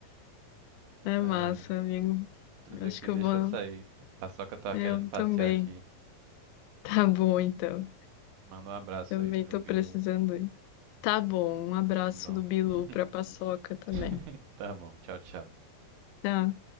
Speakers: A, on the left (about 85°); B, on the right (about 80°).
A: É
B: É,
A: massa, amigo. Eu
B: mas aqui,
A: Acho que
B: deixa
A: eu vou.
B: eu sair. A Paçoca tava
A: Eu
B: querendo passear
A: também.
B: aqui.
A: Tá bom, então.
B: Manda um abraço
A: Também
B: aí pro
A: tô
B: Bilu.
A: precisando ir. Tá bom. Um abraço
B: Tá bom.
A: do Bilu pra
B: <laughs>
A: Paçoca também.
B: <laughs> Tá bom, tchau, tchau.
A: Tchau.